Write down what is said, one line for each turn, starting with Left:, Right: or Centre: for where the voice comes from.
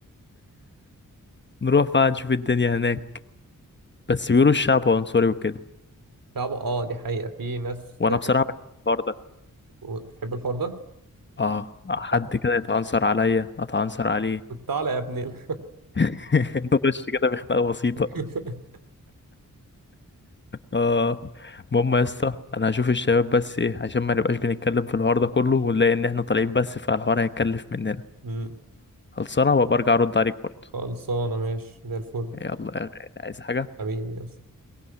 Left: نروح بقى نشوف الدنيا هناك بس بيقولوا الشعب عنصري وكده
Right: صعبة اه دي حقيقة في ناس
Left: وانا بصراحه بحب الحوار ده
Right: بتحب الحوار ده
Left: اه حد
Right: <laughs>
Left: كده يتعنصر عليا اتعنصر عليه
Right: الله تعالى يا ابني
Left: <laughs> نخش كده بخناقه بسيطه
Right: <laughs>
Left: اه المهم يا اسطى انا هشوف الشباب بس ايه عشان ما نبقاش بنتكلم في الحوار ده كله ونلاقي ان احنا طالعين بس فالحوار هيتكلف مننا
Right: أمم،
Left: خلصانه وابقى ارجع ارد عليك برضه
Right: خلصانة ماشي زي الفل
Left: يلا يا غالي عايز حاجه
Right: حبيبي يا اسطى.